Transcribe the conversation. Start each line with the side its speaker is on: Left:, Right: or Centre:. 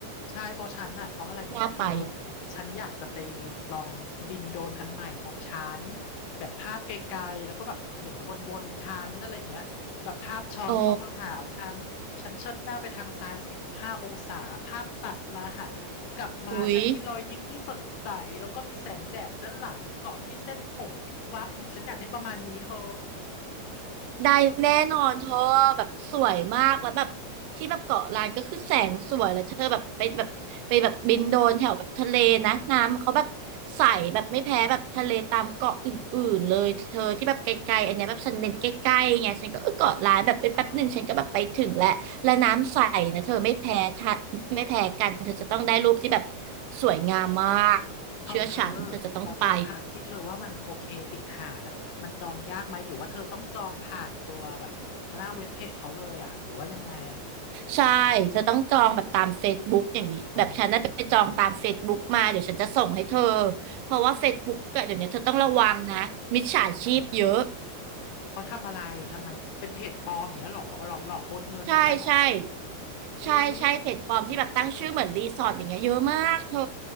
Left: ใช่เพราะฉันน่ะเพราะอะไรรู้ไหมเธอ
Right: น่าไป
Left: ฉันอยากจะไปลองบินโดรนอันใหม่ของฉันแบบภาพไกลๆแล้วก็แบบหมุนวนๆฉันอะไรอย่างเงี้ยแบบภาพช้อนเข้ามาหาฉันฉันเชิดหน้าไปทางซ้ายสี่สิบห้าองศาภาพตัดมาหันกลับมาฉันมีรอยยิ้มที่สดใสแล้วก็มีแสงแดดด้านหลังเกาะที่เส้นผมยิบวับนี่ฉันอยากได้ประมาณนี้เธอ
Right: อ๋ออุ๊ย ได้แน่นอนเธอแบบสวยมากแล้วแบบที่แบบเกาะล้านก็คือแสงสวยแล้วเธอแบบไปแบบไปแบบบินโดนแถวแบบทะเลนะน้ำเขาแบบใสแบบไม่แพ้แบบทะเลตามเกาะอื่นๆเลยเธอที่แบบไกลๆอันเนี้ยแบบฉันเน้นใกล้ๆไงฉันก็เออเกาะล้านแบบเอ้ยแป๊บหนึ่งฉันก็แบบไปถึงแล้วและน้ำใสนะเธอไม่แพ้ทะไม่แพ้กันเธอจะต้องได้รูปที่แบบ
Left: อ๋อ
Right: สวยงามมากเชื่อฉันเธอจะต้องไป
Left: เอาเธอแล้วที่พักที่เธอว่ามันโอเคติดหาดอ่ะมันจองยากไหมหรือว่าเธอต้องจองผ่านตัวแบบหน้าเว็บเพจเขาเลยอ่ะหรือว่ายังไง
Right: ใช่ เธอต้องจองแบบตาม Facebook อย่างนี้
Left: อ๋อ
Right: แบบฉันน่ะไปจองตาม Facebook มา เดี๋ยวฉันจะส่งให้เธอ เพราะว่า Facebook อะเดี๋ยวนี้เธอต้องระวังนะมิจฉาชีพเยอะ
Left: ทำไมเขาทำอะไรทำไมเขาเป็นเพจปลอมอย่างเงี้ยเหรอหลอกหลอกโอนเงินอย่างเงี้ยเหรอ
Right: ใช่ใช่
Left: อุ๊ย
Right: ใช่ใช่เพจปลอมที่แบบตั้งชื่อเหมือนรีสอร์ทอย่างเงี้ยเยอะมากเธอ